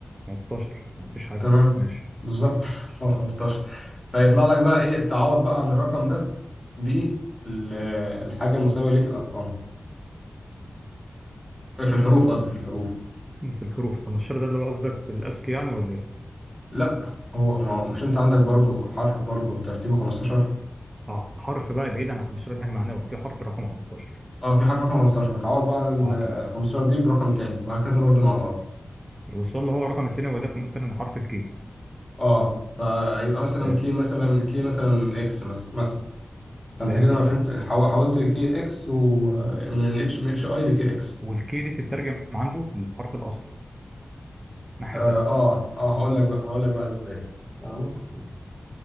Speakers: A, on the right (about 25°); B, on the left (about 20°).
A: 15 ما فيش حاجه
B: تمام
A: اصلا ماشي
B: بالظبط <laughs> هو خمستاشر فيطلع لك بقى ايه تعوض بقى عن الرقم ده بالحاجة المساوية ليه في الأرقام إيه، في الحروف قصدي في الحروف
A: في الحروف 15 ده اللي هو قصدك في الأسكي يعني ولا إيه؟
B: لا هو ما مش انت عندك برضو حرف برضو ترتيبه 15
A: آه حرف بقى بعيد عن 15 دي حاجة معنوية في حرف رقم 15
B: اه في حرف رقم 15 فتعوض بقى عن
A: أه
B: ال
A: تمام
B: 15 دي برقم تاني وهكذا برضو مع الار
A: يوصل له هو الرقم التاني وليكن مثلا حرف الكي
B: اه فيبقى مثلا
A: فهمت
B: كي مثلا كي مثلا اكس مثلا مثلا فانت
A: فهمتك
B: كده ما فهمت
A: أه
B: حو- حولت كي اكس ومن اتش من اتش اي لكي اكس
A: والكي دي تترجم عنده للحرف الأصلي الناحية
B: اه
A: التانية
B: اه آه، هقول لك بقى هقول لك بقى ازاي تمام
A: قول